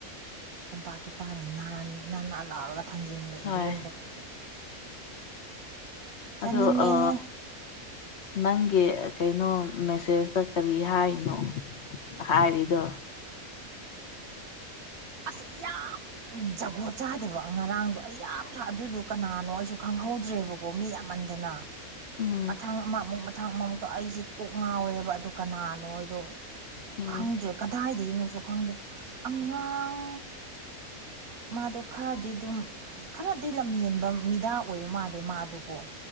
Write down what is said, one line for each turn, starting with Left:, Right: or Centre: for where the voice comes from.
Right: ꯇꯝꯄꯥꯛꯀꯤꯄꯥꯥꯅ ꯅꯥꯅꯥ ꯂꯥꯎꯔꯒ ꯊꯥꯡꯖꯟꯒ
Left: ꯍꯣꯏ
Right: ꯏꯔꯣꯟꯕ ꯈꯛꯇꯣ ꯆꯥꯅꯤꯡꯉꯦꯍꯦ
Left: ꯑꯗꯣ ꯑ ꯅꯪꯒꯤ ꯀꯩꯅꯣ ꯃꯦꯁꯦꯁꯇ ꯀꯔꯤ ꯍꯥꯏꯅꯣ ꯍꯔꯤꯗꯨ
Right: ꯑꯁꯨ ꯌꯥꯝꯝ ꯖꯒꯣꯠ ꯆꯥꯗꯕ ꯉꯔꯥꯡꯗꯣ ꯑꯩ ꯌꯥꯝꯁꯨ ꯑꯗꯨꯗꯣ ꯀꯅꯥꯅꯣ ꯑꯩꯁꯨ ꯈꯪꯍꯧꯗ꯭ꯔꯦꯕꯣ ꯀꯣ ꯃꯤ ꯌꯥꯝꯃꯟꯗꯅ
Left: ꯎꯝ
Right: ꯃꯊꯪ ꯑꯃ ꯑꯃꯨꯛ ꯃꯊꯪ ꯑꯃꯃꯨꯛꯇꯣ ꯑꯩꯁꯦ ꯀꯣꯛ ꯉꯥꯎꯔꯦꯕ ꯑꯗꯨ ꯀꯅꯥꯅꯣ ꯅꯣꯏꯗꯣ
Left: ꯎꯝ
Right: ꯈꯪꯗ꯭ꯔꯦ ꯀꯗꯥꯏꯗꯒꯤꯅꯣꯁꯨ ꯈꯪꯗꯦ ꯑꯉꯥꯡ ꯃꯥꯗꯣ ꯈꯔꯗꯤ ꯑꯗꯨꯝ ꯈꯔꯗꯤ ꯂꯝꯍꯦꯟꯕ ꯃꯤꯗꯥ ꯑꯣꯏꯕ ꯃꯥꯜꯂꯦ ꯃꯥꯗꯨꯀꯣ